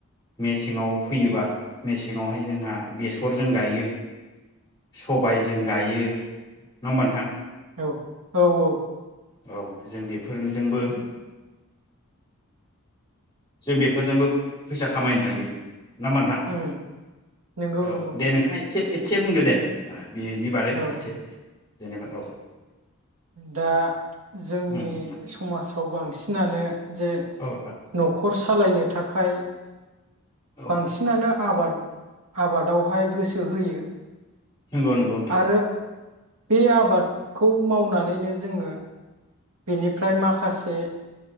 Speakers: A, on the left (about 20°); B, on the right (about 80°).
A: मेसेङाव फैयोबा मेसेङावहाय जोंहा बेसरजों गायो। सबायजों गायो नङा होमबा नोंथां।
B: औ औ औ।
A: औ जों बेफोरजोंबो जों बेफोरजोंबो फैसा खामायनो हायो। नामा नोंथां
B: उम नंगौ
A: औ
B: नंगौ
A: दे नोंथाङा एसे एसे बुंदो दे। बेनि बारै
B: औ
A: एसे।
B: दे
A: जेनेबा औ।
B: दा जोंनि
A: उम नोंथां
B: समाजाव बांसिनानो जे न'खर
A: औ नोंथां
B: न'खर सालायनो थाखाय
A: औ
B: बांसिनानो आबाद आबादावहाय गोसो होयो।
A: नोंगौ नोंगौ नोंथां।
B: आरो बे आबादखौ मावनानैनो जोङो बेनिफ्राय माखासे